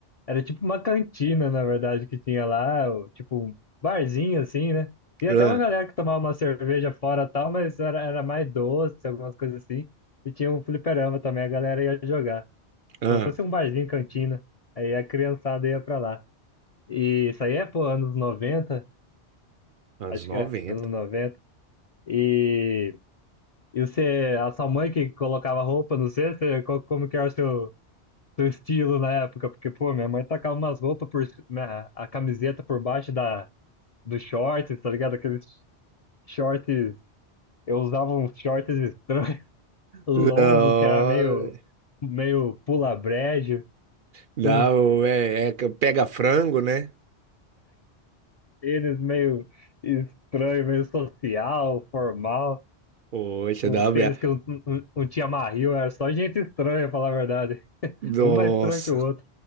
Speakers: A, on the left; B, on the right.
A: Era tipo uma cantina, na verdade, que tinha lá, o- tipo um barzinho assim, né? Tinha
B: Ah,
A: até uma galera que tomava uma cerveja fora e tal, mas era, era mais doce, algumas coisas assim. E tinha um fliperama também, a galera ia jogar.
B: ah,
A: Como se fosse um barzinho, cantina. Aí a criançada ia pra lá. E isso aí é, pô, anos noventa
B: anos
A: acho
B: noventa
A: que é, anos noventa E, e você, a sua mãe que colocava roupa, não sei, você, co- como que era o seu, seu estilo na época, porque, pô, minha mãe tacava umas roupas por, ci- minha- a camiseta por baixo da, dos shorts, tá ligado? Aqueles shorts, eu usava uns shorts estranhos, <laughs> longo,
B: Não,
A: que era meio, meio pula-brejo,
B: não,
A: com uns
B: é, é que pega frango, né?
A: tênis meio estranho, meio social, formal.
B: Poxa,
A: Uns
B: da minha...
A: tênis que não, não, não tinha marril, era só gente estranha, pra falar a verdade.
B: Nossa,
A: Um mais estranho que o outro.